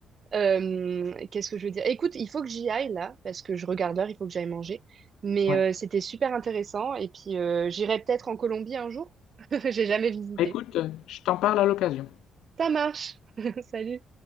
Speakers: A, on the right; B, on the left.
A: Euh, qu'est-ce que je veux dire? Écoute, il faut que j'y aille là, parce que je regarde l'heure, il faut que j'aille manger. Mais
B: Ouais.
A: euh, c'était super intéressant. Et puis, euh, j'irai peut-être en Colombie un jour. <laughs> J'ai jamais visité.
B: Écoute, euh, je t'en parle à l'occasion.
A: Ça marche. <laughs> Salut.